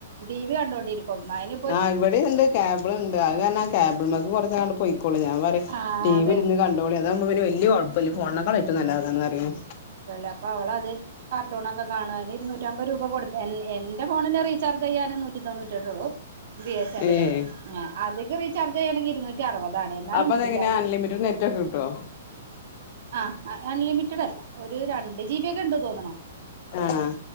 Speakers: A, on the right (about 60°); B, on the left (about 50°).
A: ടി വി കണ്ടുകൊണ്ടിരിക്കും അതിന്
B: ആഹ് ഇവിടെ ഉണ്ട് കേബിൾ ഉണ്ട് അത് കാരണ കേബിൾമക്ക് കൊട്ത്ത് അങ്ങട്ട് പൊക്കോളും ഞാൻ പറയ്യും
A: ആ
B: ടി
A: അതെ
B: വി ഇരുന്ന് കണ്ടോളി അതാവുമ്പ പിന്ന വലിയെ കൊയപ്പം ഇല്ല ഫോൺ മ്മേ കളി ഏറ്റവും നല്ലതന്ന പറയുന്നേ
A: അല്ല അപ്പൊ അവൾ അത് കാർട്ടൂന്നൊക്കെ കാണാൻ ഇരുന്നൂറ്റ അമ്പത് രൂപ കൊടുത്ത് എന്റെ ഫോണിന്റെ റീചാർജ് ചെയ്യാൻ നൂറ്റി തൊണ്ണറ്റിെട്ടുള്ളൂ ബി എസ് എൻില്
B: ഏഹ്
A: അതിക്ക് റീചാർജ് ചെയ്യുകണെങ്കിൽ ഇരുന്നൂറ്റി അറുപതാണ് എന്നാലും
B: അപ്പൊ
A: വേണ്ടിനില്ല
B: അതെങ്ങനെ അൺലിമിറ്റഡ് നെറ്റ് ഒകെ കിട്ടോ കേട്ടോ
A: ആഹ് അൺലിമിറ്റഡ് അല്ല ഒരു രണ്ട് ജിബിയ ഒക്കെ ഉണ്ട് തോനിണു
B: ആഹ്